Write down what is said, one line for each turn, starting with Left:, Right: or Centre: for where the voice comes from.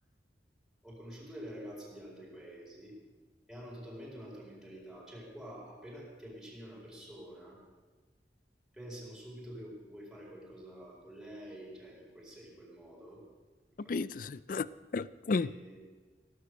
Centre: ho conosciuto delle ragazze di altri paesi e hanno totalmente un'altra mentalità, cioè qua appena ti avvicini a una persona, pensano subito che vuoi fare qualcosa con lei, cioè in quel, se- in quel modo,
Left: Capito,
Centre: capisci?
Left: sì. <clears throat>
Centre: E- e-